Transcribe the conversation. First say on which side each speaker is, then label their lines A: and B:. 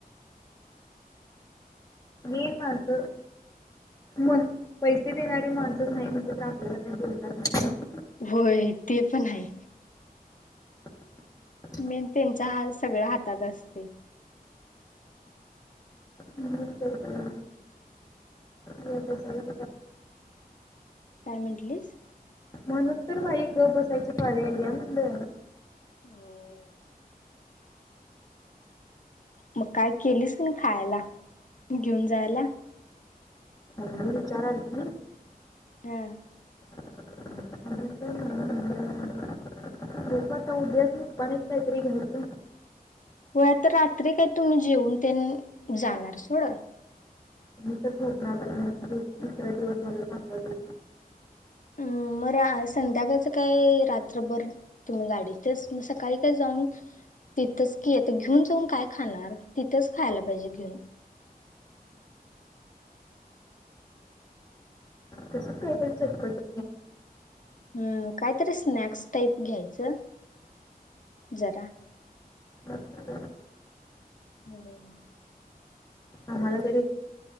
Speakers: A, on the left; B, on the left.
A: <inaudible>
B: मी माझं पण पैसे देणारी माणसच नाही. मटलीत तर आपल्याला काय बोलताच येत नाही.
A: होय ते पण आहे.
B: <inaudible>
A: मेन त्यांच्या ह सगळ्या हातात असतय.
B: नाही तर काय हो तेऽ <unintelligible>
A: काय मटलीस?
B: म्हणच तर बाई गप्प बसायची पाळी आल्या मणलं,
A: होय. मग काय केलीस नाही. खायला जेऊन जायला?
B: मम्मी विचारालती
A: हम्म.
B: अजून काय नाही म्हनल़ं. <unintelligible> बघु आता उद्याच निपाणीत कायतरी घ्यायचं.
A: होय आता रात्री काय तुम्ही जेऊन त्यांन, जाणार सोड
B: मी तर झोपणार बग दुसरा दिवस माझा चांगला जाईल
A: अं मग संध्याकाळच काय, रात्रभर तुम्ही गाडी तच म सकाळी काय जाऊन तिथंच की येत. घेऊन जाऊन काय खाणार तिथंच खायला पाहिजे घेऊन.
B: तसच कायतरी चटपटीत
A: हम्म कायतरी स्नॅक्स टाईप घ्यायचं जरा.
B: हा, <unintelligible>
A: वय
B: आम्हाला जरी,